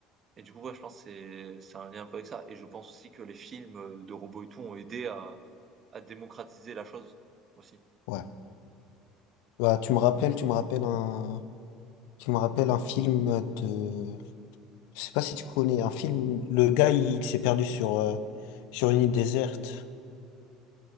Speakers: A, on the right; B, on the left.
A: et du coup, ouais, je pense que c'est c'est un lien un peu avec ça. Et je pense aussi que les films euh, de robots et tout ont aidé à, à démocratiser la chose aussi.
B: ouais. Bah, tu me rappelles, tu me rappelles un, tu me rappelles un film de, je sais pas si tu connais, un film, le gars, il, s'est perdu sur, euh, sur une île déserte